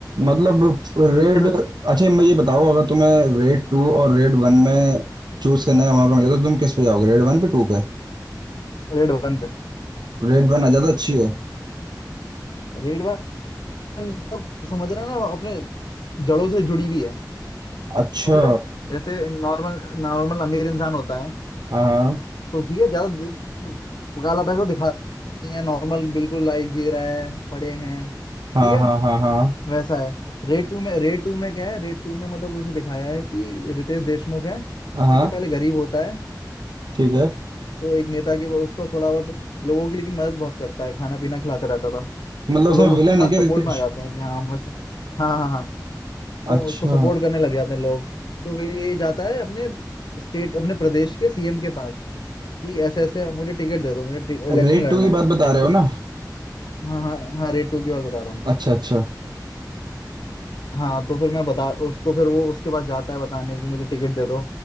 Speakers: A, on the right; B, on the left.
A: मतलब रेड
B: देख फिर
A: अच्छा मैं ये बताओ अगर तुम्हें रेड टू और रेड वन में चूज करने का मौका मिले तो तुम किस पे जाओगे रेड वन पे टू पे
B: रेड वन पे
A: रेड वन आ ज्यादा अच्छी हो
B: रेड वन तो समझ रहा है ना अपने जड़ों से जुड़ी हुई है समझ
A: अच्छा
B: रहे हैं? जैसे नॉर्मल नॉर्मल अमीर इंसान होता है
A: हाँ
B: तो ठीक है ज्यादा दि- काला पैसा दिखा नहीं है नॉर्मल बिल्कुल लाइफ जी रहा है पड़े हैं
A: हाँ
B: ठीक है
A: हाँ हाँ हाँ
B: वैसा है रेड टू में रेड टू में क्या है रेड टू में मतलब उसे दिखाया है कि रितेश देशमुख है ठीक
A: हाँ हाँ,
B: है पहले गरीब होता है
A: ठीक है
B: तो एक नेता के वो उसको थोड़ा बहुत लोगों की लेकिन मदद बहुत करता है खाना पीना खिलाता रहता था
A: मतलब
B: तो
A: उसमें
B: लोग उसके
A: विलन
B: साथ
A: है क्या
B: सपोर्ट
A: रितेश
B: में आ जाते हैं कि हाँ बस हाँ हाँ हाँ तो
A: अच्छा
B: उसको सपोर्ट करने लग जाते हैं लोग तो फिर ये जाता है अपने स्टेट अपने प्रदेश के सीएम के पास कि ऐसे ऐसे मुझे टिकट दे दो मुझे इलेक्शन
A: रेड
B: लड़ना
A: टू की
B: है
A: बात
B: तो
A: बता रहे हो
B: उसकी
A: ना
B: हाँ हाँ हाँ रेट टू की बात बता रहा हूँ
A: अच्छा अच्छा
B: हाँ तो फिर मैं बता उसको फिर वो उसके पास जाता है बताने कि मुझे टिकट दे दो